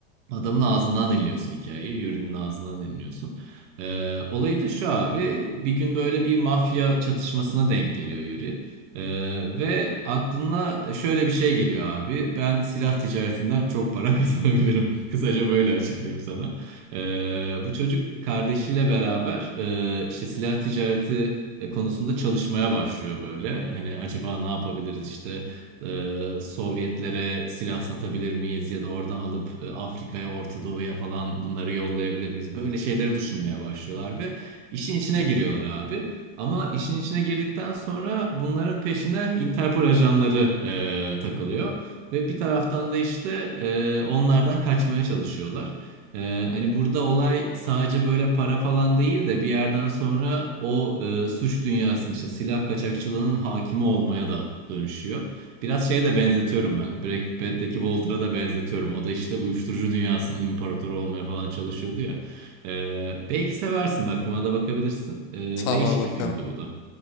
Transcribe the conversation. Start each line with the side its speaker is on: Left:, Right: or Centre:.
Right: Adamın ağzından dinliyorsun hikayeyi, Yuri'nin ağzından dinliyorsun. Ee, olayı da şu abi, bir gün böyle bir mafya çatışmasına denk geliyor Yuri. Ee, ve aklına şöyle bir şey geliyor abi, ben silah ticaretinden çok para <laughs> kazanabilirim. Kısaca böyle açıklayayım sana. Ee, bu çocuk kardeşiyle beraber e, işte silah ticareti konusunda çalışmaya başlıyor böyle. Hani acaba ne yapabiliriz işte ee, Sovyetlere silah satabilir miyiz ya da oradan alıp e, Afrika'ya, Orta Doğu'ya falan bunları yollayabilir miyiz? Böyle şeyleri düşünmeye başlıyorlar ve işin içine giriyorlar abi. Ama işin içine girdikten sonra bunların peşine Interpol ajanları e, takılıyor. Ve bir taraftan da işte e, onlardan kaçmaya çalışıyorlar. E, hani burada olay sadece böyle para falan değil de bir yerden sonra o e, suç dünyasının işte silah kaçakçılığının hakimi olmaya da dönüşüyor. Biraz şeye de benzetiyorum ben. Breaking Bad'deki Walter'a da benzetiyorum. O da işte uyuşturucu dünyasının imparatoru olmaya falan çalışıyordu ya. Ee, belki seversin bak buna da bakabilirsin. Ee,
Left: Tamam
Right: değişik
Left: abi, bakarım.
Right: bir filmdi bu da.